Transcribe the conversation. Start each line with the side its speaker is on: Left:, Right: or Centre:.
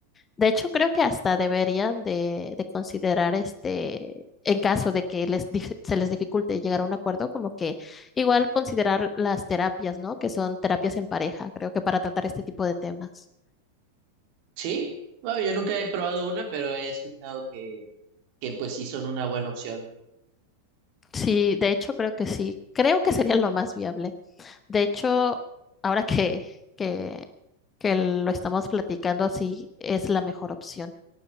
Left: De hecho, creo que hasta deberían de, de considerar este, en caso de que les, dif- se les dificulte llegar a un acuerdo, como que igual considerar las terapias, ¿no? Que son terapias en pareja, creo que para tratar este tipo de temas.
Right: Sí, bueno, yo nunca he probado una, pero he escuchado que, que pues sí son una buena opción.
Left: Sí, de hecho, creo que sí. Creo que sería lo más viable. De hecho, ahora que, que, que lo estamos platicando así, es la mejor opción.